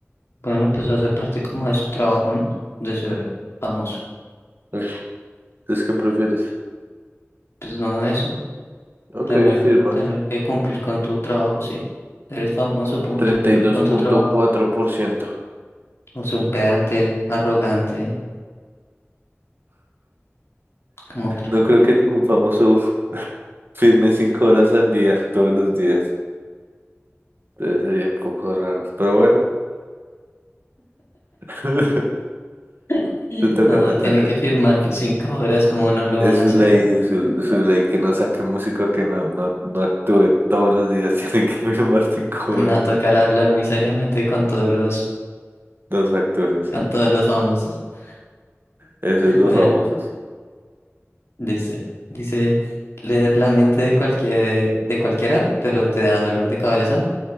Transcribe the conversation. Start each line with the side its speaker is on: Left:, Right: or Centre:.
Left: Bueno, pues hace parte como de su trabajo, ¿no? De ser famoso.
Right: Ugh, ¿Es que prefieres?
Left: Pues no, eso,
Right: Ok,
Left: tener,
Right: firmar.
Left: tener que cumplir con tu trabajo, sí. Eres famoso, punto,
Right: treinta
Left: cumplir
Right: y dos
Left: con
Right: punto
Left: tu trabajo.
Right: cuatro por ciento
Left: No es un pedante, arrogante, como cru-
Right: No creo que ningún famoso <laughs> firme cinco horas al día, todos los días. Entonces sería un poco raro, pero bueno. <laughs>
Left: <laughs>
Right: Te toca,
Left: No,
Right: te
Left: tiene
Right: toca.
Left: que firmar que cinco horas, como no lo
Right: Es
Left: van
Right: su
Left: a hacer?
Right: ley, es su, su ley que no saque músico, que no, no, no actúe todos los días, <laughs> tiene que firmar cinco
Left: Me
Right: horas.
Left: va a tocar hablar muy seriamente con todos los,
Right: Los actores,
Left: con todos los famosos. <laughs>
Right: eso es los
Left: Bueno,
Right: famosos.
Left: dice, dice, leer la mente de cualquier, de cualquiera, pero te da dolor de cabeza,